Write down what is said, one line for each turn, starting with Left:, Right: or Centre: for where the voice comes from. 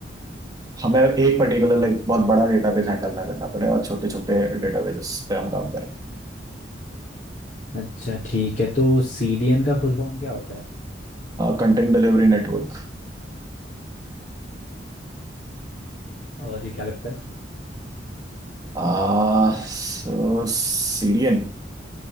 Right: हमें एक पर्टिकुलर लाइक बहुत बड़ा डेटाबेस हैंडल ना करना पड़े और छोटे छोटे डेटाबेसेस पे हम काम करें
Left: अच्छा ठीक है तो सीडीएन का फुल फॉर्म क्या होता है
Right: Content delivery network
Left: और ये क्या करता है
Right: आ, सो सीरियन